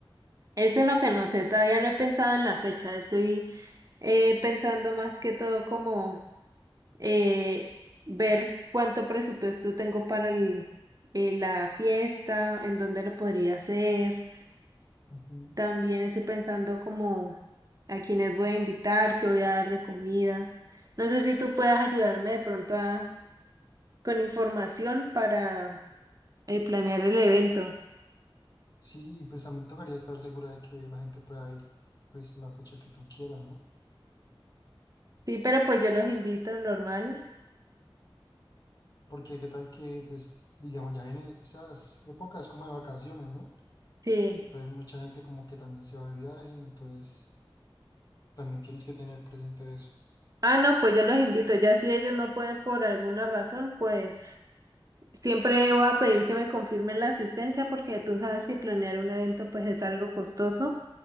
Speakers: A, on the right (about 40°); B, on the left (about 45°).
A: Eso es lo que no sé, todavía no he pensado en la fecha, estoy eh, pensando más que todo como eh, ver cuánto presupuesto tengo para el- eh, la fiesta, en dónde lo podría hacer.
B: Ujú.
A: También estoy pensando como a quiénes voy a invitar, qué voy a dar de comida. No sé si tú puedas ayudarme de pronto a- con información para eh, planear el evento.
B: Sí, pues también tocaría estar segura de que la gente pueda ir, pues, la fecha que tú quieras, ¿no?
A: Sí, pero pues yo los invito normal.
B: Porque qué tal que, pues, digamos, ya vienen esas épocas como de vacaciones, ¿no?
A: Sí.
B: Entonces mucha gente como que también se va de viaje, entonces también tienes que tener presente eso.
A: Ah, no, pues yo los invito. Ya si ellos no pueden por alguna razón, pues siempre voy a pedir que me confirmen la asistencia porque tú sabes que planear un evento pues es algo costoso.